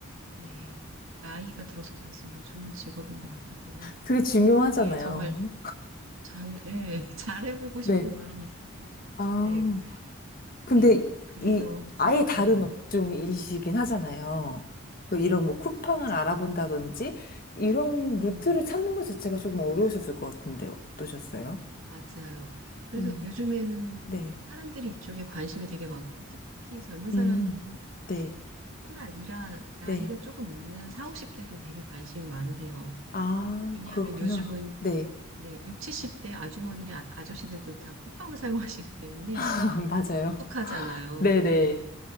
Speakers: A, on the right; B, on the left.
A: 네, 나이가 들어서도 할 수 있는 좋은 직업인 것 같아서,
B: 그게 중요하잖아요.
A: 네, 정말 잘, 예, <laughs> 잘해보고 싶은
B: 네.
A: 마음이 있어서,
B: 아.
A: 네,
B: 근데
A: 네, 그래서
B: 이
A: 선택한
B: 아예 다른
A: 것 같아요.
B: 업종이시긴
A: 음,
B: 하잖아요. 그 이런 뭐 쿠팡을
A: 맞아요.
B: 알아본다든지 이런
A: 음,
B: 루트를 찾는 것 자체가 조금 어려우셨을 것 같은데 어떠셨어요?
A: 맞아요. 그래서
B: 음,
A: 요즘에는
B: 네.
A: 사람들이 이쪽에 관심이 되게 많고, 특히 젊은
B: 음,
A: 사람
B: 네,
A: 뿐 아니라 나이가
B: 네.
A: 조금 있는 4, 50대도 되게 관심이 많으세요.
B: 아,
A: 왜냐하면
B: 그렇구나.
A: 요즘은
B: 네.
A: 네, 육 70대 아주머니, 아, 아저씨들도 다 쿠팡을 <laughs> 사용하시기 때문에
B: <laughs> 맞아요.
A: 익숙하잖아요.
B: 네네.
A: 네.